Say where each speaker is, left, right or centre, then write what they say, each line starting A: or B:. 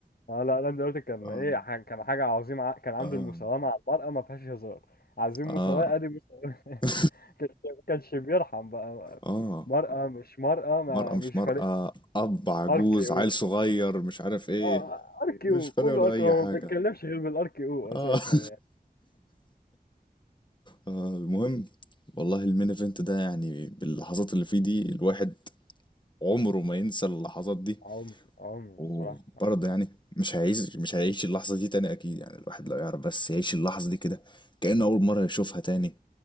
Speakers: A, on the left; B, on the left.
A: اه لا لا دلوقتي كان
B: اه
A: ايه ح- كان حاجه عظيمه ع- كان عنده
B: اه
A: المساواه مع المرأة ما فيهاش هزار عايزين
B: اه
A: مساواه ادي مساواه <laughs>
B: <laughs>
A: كانش كانش بيرحم بقى
B: اه
A: مرأة مش مرأة ما
B: مرأة مش
A: مش
B: مرأة
A: فارق
B: أب عجوز
A: ار كي او
B: عيل صغير مش عارف إيه
A: اه ار كي
B: مش
A: او
B: فارق
A: كله
B: له
A: ار
B: اي
A: كي او هو
B: حاجه
A: ما بيتكلمش غير بالار كي او
B: اه
A: اساسا
B: <laughs>
A: يعني
B: آه، المهم والله المين ايفنت ده يعني باللحظات اللي فيه دي الواحد عمره ما ينسى اللحظات دي
A: عمر عمر
B: وبرضه
A: الصراحه
B: يعني مش هيعيش مش هيعيش اللحظة دي تاني أكيد يعني الواحد لو يعرف بس يعيش اللحظة دي كده كأنه أول مرة يشوفها تاني